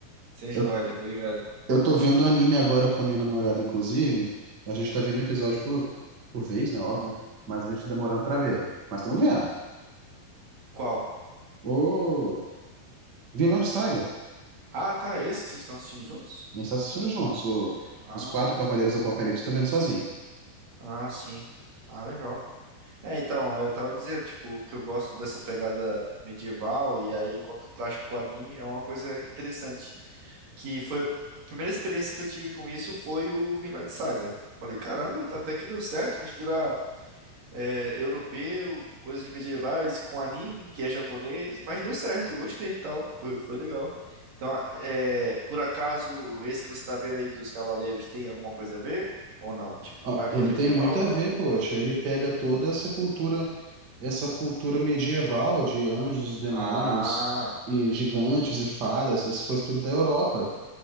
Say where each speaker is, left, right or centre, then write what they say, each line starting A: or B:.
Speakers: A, on the right; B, on the right.
A: Sem spoiler,
B: Eu,
A: obrigado.
B: eu tô vendo anime agora com a minha namorada, inclusive. A gente tá vendo um episódio por, por vez, né? Óbvio. Mas a gente tá demorando pra ver. Mas estamos vendo.
A: Qual?
B: O Vinland Saga.
A: Ah, tá, esse que vocês estão assistindo juntos?
B: A gente tá assistindo juntos. O-
A: Ah,
B: os Quatro Cavaleiros do Apocalipse tô vendo sozinho.
A: ah, sim. Ah, legal. É, então, ó, eu tava dizendo, tipo, que eu gosto dessa pegada medieval, e aí quando traz pro anime é uma coisa interessante. Que foi a primeira experiência que eu tive com isso foi o Vinland Saga. Falei, caramba, até que deu certo misturar é, europeu, coisas medievais, com anime, que é japonês, mas deu certo, gostei e tal, foi, foi legal. Então, é, por acaso, esse que você tá vendo aí dos Cavaleiros tem alguma coisa a ver? Ou não? Tipo, com
B: Ó,
A: época
B: ele
A: medieval
B: tem muito
A: ou
B: a ver,
A: não?
B: poxa. Ele pega toda essa cultura, essa cultura medieval de anjos, demônios
A: Ah,
B: e gigantes e fadas, essas coisas tudo da Europa.